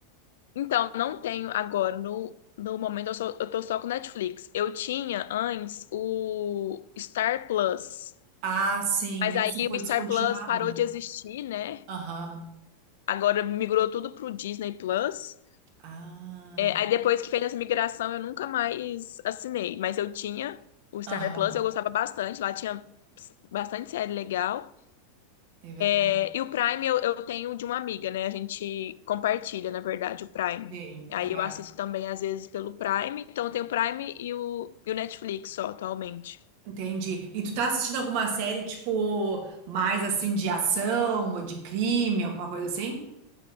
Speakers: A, on the left; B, on the right.
A: Então, não tenho agora, no, no momento eu, só, eu tô só com Netflix. Eu tinha antes o Star Plus,
B: Ah, sim,
A: mas aí
B: esse foi
A: o
B: descontinuado,
A: Star Plus parou
B: né?
A: de existir, né?
B: Aham.
A: Agora migrou tudo pro Disney Plus.
B: Ah,
A: É, aí depois que fez essa migração, eu nunca mais assinei, mas eu tinha o Star
B: aham,
A: Plus, eu gostava bastante, lá tinha bastante série legal.
B: é verdade.
A: É, E o Prime eu, eu tenho de uma amiga, né? A gente compartilha, na verdade, o Prime.
B: Sim,
A: Aí
B: é.
A: eu assisto também, às vezes, pelo Prime. Então eu tenho o Prime e o, e o Netflix só, atualmente.
B: Entendi. E tu tá assistindo alguma série, tipo, mais assim de ação ou de crime, alguma coisa assim?